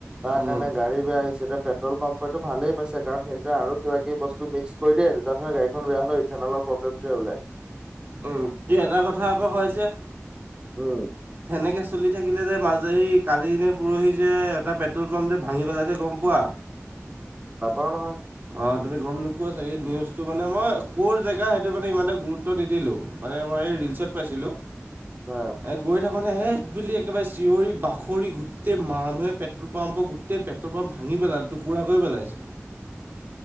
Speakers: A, on the right (about 20°); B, on the right (about 40°).
A: তাৰ
B: উম
A: কাৰণে গাড়ী বেয়া হৈছে এতিয়া পেট্ৰল পাম্পটো ভালেই পাইছে কাৰণ সিহতে আৰু কিবা কিবি বস্তু মিক্স কৰি দিয়ে তেতিয়া ধৰ গাড়ীখন বেয়া হলোঁ ইথানলৰ প্ৰব্লেম টোৱে ওলাই।
B: উম কি এটা কথা আকৌ হয় যে
A: উম
B: সেনেকে চলি থাকিলে যে মাজেৰি কালি নে পৰহি যে এটা পেট্ৰল পাম্প যে ভাঙি পেলাইছে গম পোৱা।
A: নাপাওঁ নহয়।
B: অ তুমি গম নোপোৱা চাগে? নিউজটো মানে মই ক'ৰ জেগা সেইটো মানে ইমানটা গুৰুত্ব নিদিলো। মানে মই ৰিলছত পাইছিলোঁ
A: অ
B: এ গৈ থাকোতে হেত বুলি একেবাৰে চিঞৰি বাখৰি গোটেই মানুহে পেট্ৰল পাম্পৰ গোট গোটেই পেটল পাম্প ভাঙি পেলাল, টুকুৰা কৰি পেলাইছে।